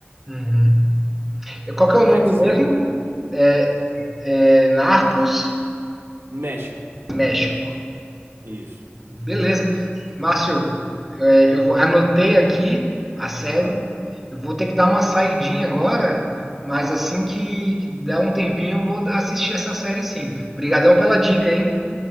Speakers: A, in the centre; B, on the right (about 70°).
A: uhum. Qual
B: Então
A: que é o nome
B: quer dizer,
A: mesmo? É, é Narcos
B: México.
A: México.
B: Isso.
A: Beleza. Márcio, é, eu vou- anotei aqui a série.
B: Aham.
A: Eu vou ter que dar uma saidinha agora, mas assim que, que der um tempinho eu vou assistir essa série sim. Obrigadão pela dica, hein?